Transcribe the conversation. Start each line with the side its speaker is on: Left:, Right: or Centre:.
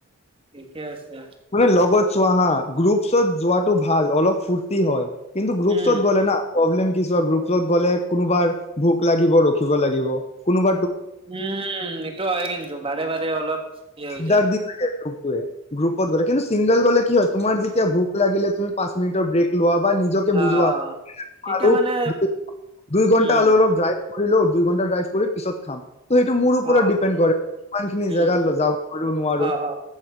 Right: ঠিকে আছে।
Left: মানে লগত চোৱা হা গ্ৰুপছত যোৱাটো ভাল অলপ ফূৰ্তি হয়। কিন্তু গ্ৰুপ
Right: উম
Left: গ প্ৰব্লেম গ্ৰুপত গলে কোনোবাৰ ভোক লাগিব ৰখিব লাগিব কোনোব।
Right: উম এইটো হয় কিন্তু বাৰে বাৰে অলপ ই
Left: দিগদাৰ
Right: হৈ যায়।
Left: দি থাকে গ্ৰুপটোৱে গ্ৰুপত গ'লে কিন্তু চিংগল গ'লে কি হয় তুমাৰ যেতিয়া ভোক লাগিলে পচ মিনিৰ ব্ৰেক লোৱা। বা নিজকে
Right: অ অ
Left: বুজোৱা।
Right: তেতিয়া
Left: আৰু
Right: মানে
Left: দু--দুই ঘণ্টা
Right: উম
Left: হলে অলপ যাই ঘৰি লও দুই ঘণ্টা ড্ৰাইভ কৰি পিছত খাম। ত সেইটো মোৰ ওপৰত
Right: অ
Left: ডিপেণ্ড কৰে, ইমান খিনি
Right: উম
Left: জেগাত যাব পাৰ নোৱাৰো
Right: অ অ